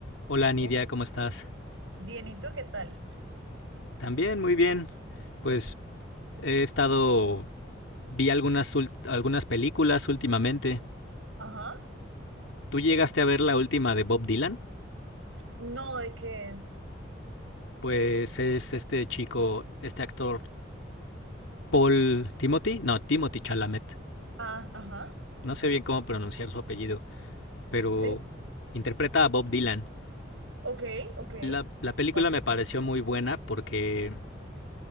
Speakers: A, on the left; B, on the right.
A: Hola Nidia,
B: Oh,
A: ¿cómo estás?
B: Bien, ¿y tú qué tal?
A: También, muy bien. Pues he estado, vi algunas, ult- algunas películas últimamente.
B: Ajá.
A: ¿Tú llegaste a ver la última de Bob Dylan?
B: No, ¿de qué es?
A: Pues es este chico, este actor, Paul Timothy, no, Timothy Chalamet.
B: Ah, ajá.
A: No sé bien cómo pronunciar su apellido, pero
B: Sí.
A: interpreta a Bob Dylan.
B: Ok, ok. ¿Qué
A: La, la película
B: Tal.
A: me pareció muy buena porque